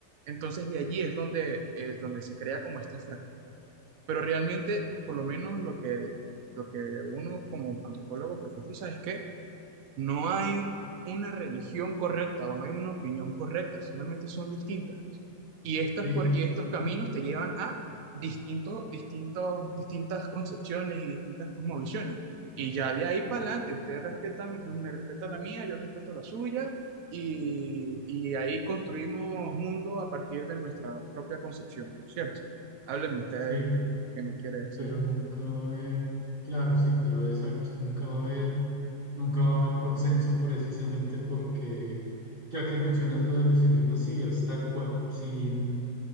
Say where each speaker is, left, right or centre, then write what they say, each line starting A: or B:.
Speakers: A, on the right; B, on the right.
A: Entonces de allí es donde,
B: sí,
A: eh, donde se crea como estas fracturas pero realmente, por lo menos lo que, lo que uno como antropólogo profetiza es que no hay una religión correcta o no hay una opinión correcta, solamente son distintas. Y, estas,
B: sí,
A: cuer- y
B: exacto,
A: estos caminos te llevan a distintos, distintos, distintas concepciones y distintas cosmovisiones. Y ya de ahí para adelante, ustedes respetan, me respeta la mía, yo respeto la suya, y, y ahí construimos mundo a partir de nuestra propia concepción, ¿cierto? Hábleme usted
B: sí,
A: qué me, qué me quiere decir.
B: pero nunca va a haber, claro, sí, pero exacto, nunca va a haber, nunca va a haber consenso precisamente porque, ya que mencionas lo de los idiomas, sí, es tal cual, sí.